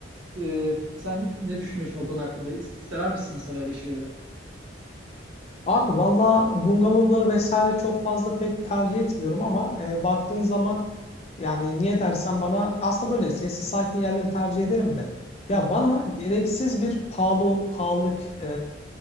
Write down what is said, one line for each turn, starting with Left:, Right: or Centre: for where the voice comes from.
Right: Ee, sen ne düşünüyorsun o konu hakkında? Sever misin mesela öyle şeyleri?
Left: Abi valla bungalovları vesaire çok fazla pek tercih etmiyorum ama e, baktığın zaman yani niye dersen bana aslında böyle sessiz sakin yerleri tercih ederim de ya
Right: Evet,
Left: bana gereksiz bir pahalı pahalılık e,